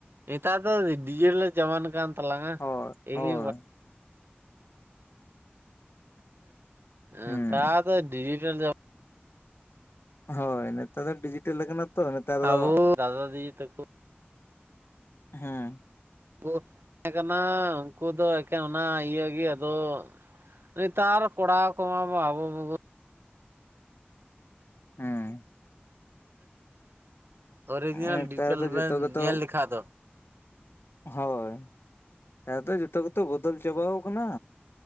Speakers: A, on the right; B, on the left.
A: ᱱᱮᱛᱟᱨ ᱫᱚ ᱰᱤᱡᱮᱴ ᱡᱟᱵᱟᱱ ᱠᱟᱱ ᱛᱟᱞᱟᱝ-ᱟ
B: ᱦᱳᱭ
A: ᱮᱠᱤᱼᱼ
B: ᱦᱳᱭ
A: ᱦᱮᱜ-ᱮᱜ
B: ᱦᱩᱸ
A: ᱛᱟ ᱫᱚ ᱰᱤᱡᱤᱴᱟᱞ ᱡᱟᱼᱼ
B: ᱦᱚᱭ ᱱᱮᱛᱟᱨ ᱫᱚ ᱰᱤᱡᱤᱴᱮᱞ ᱠᱟᱱᱟ ᱛᱚ ᱱᱮᱛᱟᱨ ᱫᱚ
A: ᱟᱵᱚ ᱫᱟᱫᱟ ᱫᱤᱫᱤ ᱛᱟᱠᱚ
B: ᱦᱮᱸ
A: <inaudible> ᱛᱟᱦᱮᱸ ᱠᱟᱱᱟ ᱩᱱᱠᱩ ᱫᱚ ᱮᱠᱮᱱ ᱚᱱᱟ ᱤᱭᱟᱹ ᱜᱮ ᱟᱫᱚ ᱱᱮᱛᱟᱨ ᱠᱚᱲᱟ ᱠᱚᱢᱟ ᱟᱵᱚ ᱵᱚᱼᱼᱼ
B: ᱦᱮᱸ
A: ᱚᱨᱤᱡᱤᱱᱟᱞ
B: ᱱᱮᱛᱟᱨ
A: ᱰᱤᱡᱴᱮᱞ
B: ᱫᱚ ᱡᱚᱛᱚ
A: ᱵᱮᱱ
B: ᱜᱮᱛᱚ
A: ᱧᱮᱞ ᱞᱮᱠᱷᱟᱱ ᱫᱚ
B: ᱦᱳᱭ ᱦᱮᱛᱚ ᱡᱚᱛᱚ ᱠᱚᱛᱚ ᱵᱚᱫᱚᱞ ᱪᱟᱵᱟ ᱠᱟᱱᱟ